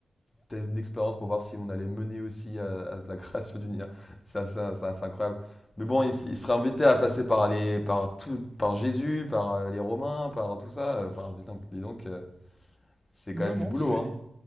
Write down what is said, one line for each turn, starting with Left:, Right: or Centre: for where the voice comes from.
Left: test d'expérience pour voir si on allait mener aussi à, à la <laughs> création d'une IA. Ça, ça, ça, c'est incroyable. Mais bon, il, s- il serait embêté à passer par les, par tout, par Jésus, par euh, les Romains, par tout ça. Enfin, dis donc, dis donc, euh, c'est
Right: non,
Left: quand même
Right: non,
Left: du boulot,
Right: c'est,
Left: hein.